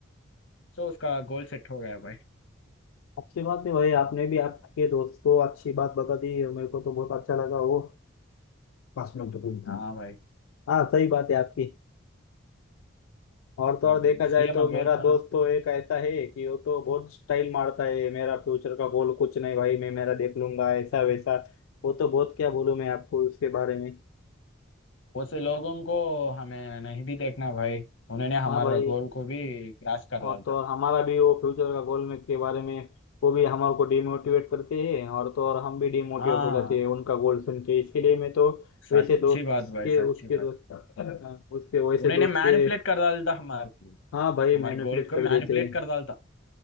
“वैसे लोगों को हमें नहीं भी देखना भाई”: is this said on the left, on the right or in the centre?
Left